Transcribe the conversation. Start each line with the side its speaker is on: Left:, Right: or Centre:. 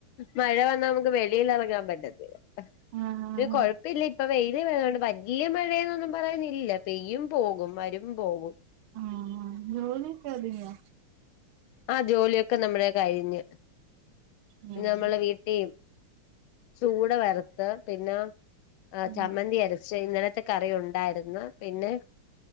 Left: മഴ വന്നാ നമുക്ക് വെളില് ഇറങ്ങാൻ പറ്റത്തില്ല
Right: ആഹ് ആഹ്
Left: പിന്ന കോഴപ് പ്പില്ല ഇപ്പ വെയില് വരാണ്ട് വല്യ മഴയന്നൊന്നും പറയുന്നില്ല പെയ്യും പോകും വരും പോകും
Right: ആഹ് ജോലിയൊക്കൊതുങ്ങിയോ
Left: ആഹ് ജോലിയൊക്കെ നമ്മളെ കഴിഞ്ഞ്
Right: ഉം
Left: പിന്ന നമ്മളെ വീട്ടി ചൂട വറ്ത്ത് പിന്നെ ആഹ്
Right: ഉം
Left: ചമ്മന്തി അരച് പക്ഷെ ഇന്നലത്തെ കറി ഉണ്ടായിരുന്ന് പിന്നെ